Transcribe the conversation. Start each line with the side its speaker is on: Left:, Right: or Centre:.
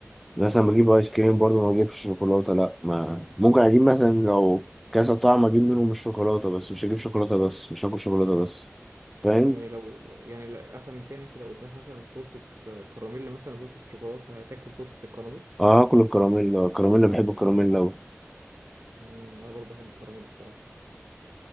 Centre: مثلا بجيب ايس كريم برضه ما بجيبش شوكولاته لا ما ممكن اجيب مثلا لو كذا طعم اجيب منهم الشوكولاته بس مش هجيب شوكولاته بس مش هاكل شوكولاته بس فاهم
Right: يعني لو يعني لا افهم من كان انت لو قدامك مثلا تورته كراميل مثلا تورته شوكولاته هتاكل تورته الكراميل
Centre: اه هاكل الكراميل الكراميل بحب الكراميل أوي
Right: امم انا برضه بحب الكراميل الصراحه